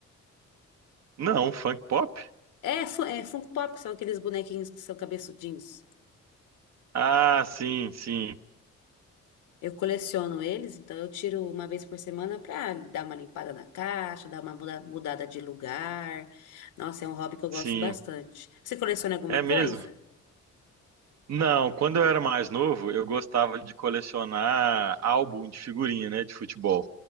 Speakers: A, on the right (about 60°); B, on the left (about 80°).
A: Não, funk pop?
B: É, fu- é Funko Pop, são aqueles bonequinhos que são cabeçudinhos.
A: Ah, sim, sim,
B: Eu coleciono eles, então eu tiro uma vez por semana para dar uma limpada na caixa, dar uma muda- mudada de lugar. Nossa, é um hobby que eu
A: sim.
B: gosto bastante. Você coleciona alguma
A: É mesmo?
B: coisa?
A: Não, quando eu era mais novo, eu gostava de colecionar álbum de figurinha, né, de futebol.